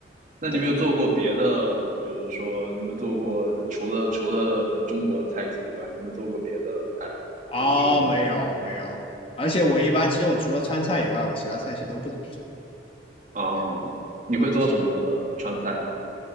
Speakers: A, on the right; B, on the left.
A: 那你有没有做过别的？
B: 对，
A: 比如说，你有没有做过除了除了中国菜系以外，你有没有做过别的菜啊？
B: 啊、
A: 比如说，
B: 没有没有，而且我一般其实我除了川菜以外，我其他菜系都不怎么吃。
A: 啊，
B: 对，
A: 你会做什么川菜啊？
B: 是的。